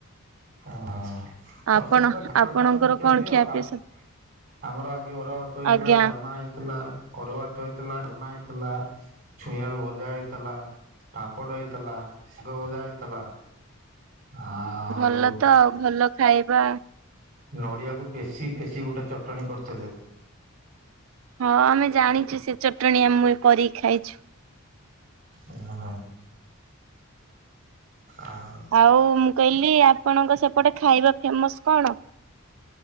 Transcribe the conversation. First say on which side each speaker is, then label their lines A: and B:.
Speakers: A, on the right; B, on the right.
A: ଓ ତମ
B: ଆପଣ
A: ସେପଟେ ତ ଘାଣ୍ଟ
B: ଆପଣଙ୍କର
A: ଟା ହଉଚି ମୁଖ୍ୟ
B: କଣ
A: ଖାଦ୍ୟ
B: ଖିଆପିଆ
A: ଆଉ।
B: ସବୁ
A: ଆମର ଆଜି ଅରୁଆ ଭାତ ହେଇଥିଲା
B: ଆଜ୍ଞା
A: ଡାଲମା ହେଇଥିଲା। ଅରୁଆ ଭାତ ହେଇଥିଲା ଡାଲମା ହେଇଥିଲା। ଛୁଇଁଆଳୁ ଭଜା ହେଇଥିଲା ପାମ୍ପଡ ହେଇଥିଲା ଶଗ ଭଜା ହେଇଥିଲା। ଆଉ।
B: ଭଲ ତ ଆଉ ଭଲ ଖାଇବା।
A: ନଡ଼ିଆକୁ ପେଶି ପେଶି ଗୋଟେ ଚଟଣୀ କରିଥିଲେ।
B: ହଁ ଆମେ ଜାଣିଛୁ ସେ ଚଟଣି ଆମୁଏ କରିକି ଖାଇଛୁ।
A: ଓ ହଁ ଆଉ।
B: ଆଉ ମୁଁ କହିଲି, ଆପଣଙ୍କ ସେପଟେ ଖାଇବା ଫେମସ୍ କଣ?